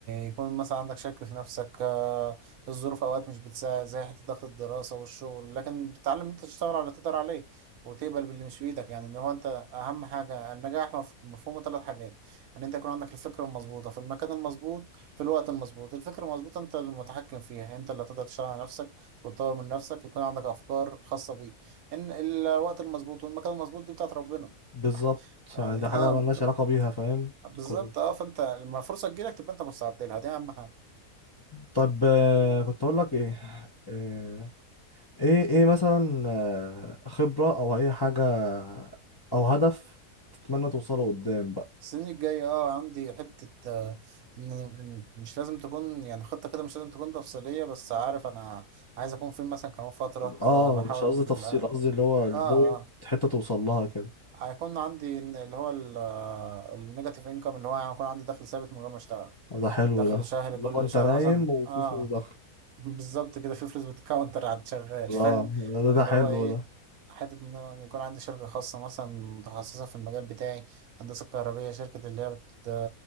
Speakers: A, on the right (about 70°); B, on the left (about 25°).
A: يكون مثلا عندك شك في نفسك آه، الظروف اوقات مش بتساعد زي حته ضغط الدراسه والشغل لكن بتتعلم إن انت تشتغل على اللي تقدر عليه وتقبل باللي مش في ايدك يعني ان هو انت اهم حاجه النجاح مف- مفهومه ثلاث حاجات ان انت يكون عندك الفكره المظبوطه في المكان المظبوط في الوقت المظبوط الفكره المظبوطه انت المتحكم فيها انت اللي هتقدر تشتغل على نفسك وتطور من نفسك يكون عندك افكار خاصه بيك ان الوقت المظبوط والمكان المظبوط دي بتاعت ربنا
B: بالظبط
A: يعني
B: يعني ده حاجة
A: اه
B: ملهاش علاقة بيها فاهم
A: بالظبط
B: كل-
A: اه فانت لما الفرصه تجيلك تبقى انت مستعد لها دي اهم حاجه
B: طب آه، كنت أقول لك إيه آه، إيه إيه مثلا آه، خبرة أو أي حاجة أو هدف تتمنى توصله قدام بقى
A: السنين الجايه اه عندي حته آه، إن- إن مش لازم تكون يعني خطه كده مش لازم تكون تفصيليه بس عارف انا عايز اكون فين مثلا كمان فتره
B: آه
A: آه بحاول
B: مش قصدي تفصيل
A: اه
B: قصدي اللي هو البوينت
A: اه آه،
B: حتة توصل لها كده
A: هيكون عندي إن- اللي هو النيجاتيف انكم اللي هو يعني هيكون عندي دخل ثابت من غير ما اشتغل
B: ده حلو
A: دخل
B: ده
A: شهري
B: اللي
A: كل
B: هو أنت
A: شهر
B: نايم
A: مثلا
B: وفي
A: اه
B: فلوس داخلة
A: بالظبط كده في فلوس بتكاونتر على الشغال
B: آه
A: فاهم
B: ده
A: اللي
B: ده حلو
A: هو ايه
B: ده
A: حتة ان أنا يكون عندي شركة خاصة مثلا متخصصة في المجال بتاعي هندسة كهربية شركة اللي هي بت...